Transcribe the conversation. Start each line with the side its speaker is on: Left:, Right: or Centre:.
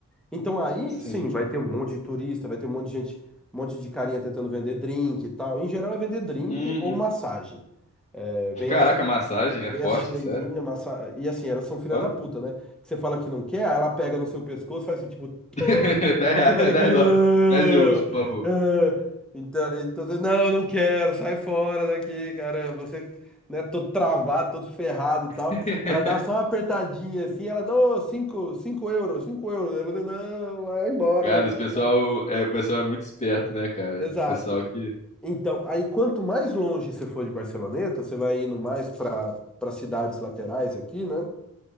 Centre: Então aí,
Left: sim.
Centre: sim, vai ter um monte de turista, vai ter um monte de gente, um monte de carinha tentando vender drink e tal. Em geral é vender drink
Left: Uhum.
Centre: ou massagem. É, vem
Left: Caraca,
Centre: as,
Left: massagem é
Centre: vem
Left: forte,
Centre: as chinesinhas,
Left: sério?
Centre: massa... e assim, elas são filhas
Left: Ó.
Centre: da puta, né? Que você fala que não quer, aí ela pega no seu pescoço, faz assim, tipo,
Left: <laughs> 10
Centre: Aí você faz aquele.
Left: 10 dólares.
Centre: "Ah,
Left: 10 euros, por favor.
Centre: ah". Então, então, você, não, não quero, sai fora daqui, caramba. Você, né, todo travado, todo ferrado e tal.
Left: <laughs>
Centre: Ela dá só uma apertadinha assim, ela, não, cinco, cinco euros, cinco euros. Aí você, não, vai embora
Left: Cara,
Centre: daqui.
Left: esse pessoal é, o pessoal é muito esperto, né, cara?
Centre: Exato.
Left: Esse pessoal que.
Centre: Então, aí quanto mais longe você for de Barceloneta, você vai indo mais para para cidades laterais aqui, né?